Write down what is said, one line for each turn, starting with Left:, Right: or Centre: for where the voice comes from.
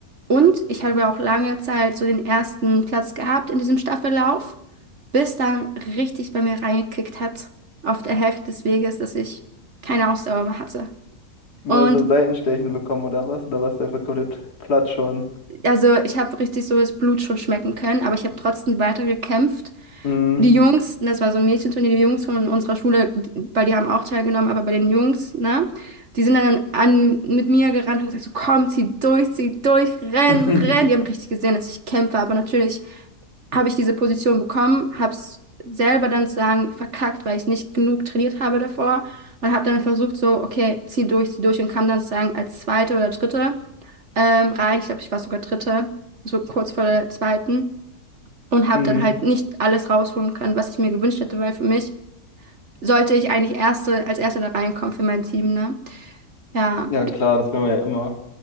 Right: und ich habe auch lange Zeit so den ersten Platz gehabt in diesem Staffellauf, bis dann richtig bei mir reingekickt hat auf der Hälfte des Weges, dass ich keine Ausdauer mehr hatte.
Left: Du
Right: Und
Left: hast dann Seitenstechen bekommen oder was? Oder warst du einfach komplett platt schon?
Right: also ich habe richtig so das Blut schon schmecken können, aber ich habe trotzdem weiter gekämpft.
Left: Hm.
Right: Die Jungs, das war so ein Mädchenturnier, die Jungs von unserer Schule, weil die haben auch teilgenommen, aber bei den Jungs, ne, die sind dann an, mit mir gerannt und haben gesagt, so komm, zieh durch, zieh durch, renn,
Left: <laughs>
Right: renn. Die haben richtig gesehen, dass ich kämpfe, aber natürlich habe ich diese Position bekommen, habe es selber dann zu sagen verkackt, weil ich nicht genug trainiert habe davor und habe dann versucht so, okay, zieh durch, zieh durch und kam dann sozusagen als Zweite oder Dritte ähm, rein. Ich glaube, ich war sogar Dritte, so kurz vor der Zweiten und habe
Left: Hm.
Right: dann halt nicht alles rausholen können, was ich mir gewünscht hätte, weil für mich sollte ich eigentlich Erste, als Erste da reinkommen für mein Team, ne? Ja.
Left: Ja, klar, das will man ja immer.